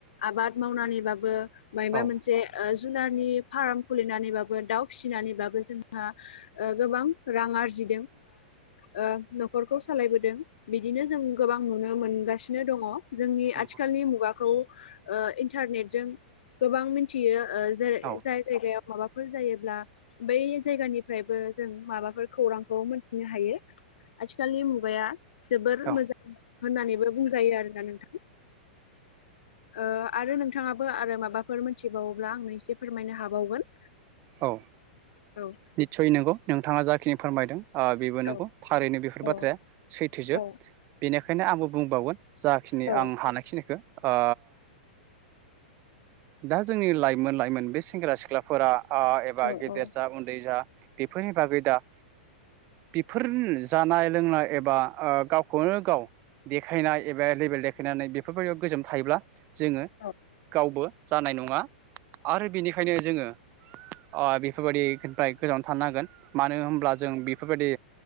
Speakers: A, on the left; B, on the right.
A: आबाद मावनानैबाबो मायबा
B: औ
A: मोनसे ओ जुनारनि फार्म खुलिनानैबाबो दाउ फिसिनानैबाबो जोंहा ओ गोबां रां आरजि <unintelligible> ओ नखरखौ सालायबोदों बा बिदिनो जों गोबां नुनो मोन थांगासिनो दंङ जोंनि
B: नंगौ
A: आथिखालनि मुगाखौ ओ इन्टारनेट जों गोबां मिथियो ओ जेरै
B: औ
A: जाय जायगायाव माबाफोर जायोब्ला बै जायगानिफ्रायबो जों माबाफोर खौरांखौ मोनथिनो हायो। आथिखालनि मुगाया जोबोर
B: औ
A: मोजां होननानैबो बुंजायो आरोना नोंथां ओ आरो नोंथांङाबो आरो माबाफोर मोनथिबावोब्ला आंनो एसे फोरमायनो हाबावगोन।
B: औ
A: औ
B: निसय नोंगौ नोंथांङा जाखिनि फोरमायदों ओ बेबो नंगौ
A: औ
B: थारैनो बेफोर
A: औ
B: बाथ्राया सैथोजोब
A: औ
B: बेनिखायनो आंबो बुंबावगोन जाखिनि
A: औ
B: आं हानायखिनिखो ओ दा जोंनि लाइमोन-लाइमोन बे सेंग्रा सिख्लाफोरा एबा
A: औ
B: ओ गेदेर
A: औ
B: जा उन्दै जा बेफोरनि बागै दा- बेफोर जानाय लोंनाय एबा ओ गावखौनो गाव- देखायनाय एबे लेबेल देखायनानै बेफोरबायदियाव गोजोम थायोब्ला जोंङो
A: औ
B: गावबो जानाय नंङा आरो बेनिखायनो जोंङो अ बेफोरबायदिफ्राय गोजानाव थानो हागोन मानो होनब्ला जों बेफोरबायदि